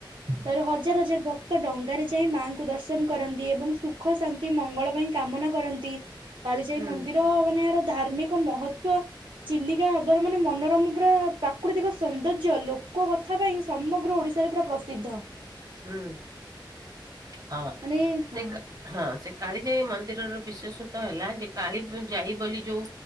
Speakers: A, on the right; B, on the right.
A: ତାପରେ ହଜାର ହଜାର ଭକ୍ତ ଡଙ୍ଗାରେ ଯାଇ ମାଆଙ୍କୁ ଦର୍ଶନ କରନ୍ତି ଏବଂ ସୁଖ ଶାନ୍ତି ମଙ୍ଗଳ ପାଇଁ କାମନା କରନ୍ତି କାଳିଜାଇ
B: ହୁଁ
A: ମନ୍ଦିର ମାନେ ଏହାର ଧାର୍ମିକ ମହତ୍ୱ। ଚିଲିକା ହ୍ରଦର ମାନେ ମନୋରମ ପୁରା ପ୍ରାକୃତିକ ସୌନ୍ଦର୍ଯ୍ୟ ଲୋକ କଥା ପାଇଁ ସମଗ୍ର ଓଡି ଶା ରେ ପୁରା ପ୍ରସିଦ୍ଧ।
B: ହୁଁ। ହଁ
A: ମାନେ ହଁ
B: ସେ କ ହଁ ସେ କାଳିଜାଇ ମନ୍ଦିରର ବିଶେଷତ୍ୱ ହେଲା ଯେ କାଳି ବ ଯାଇ ବୋଲି ଯୋଉ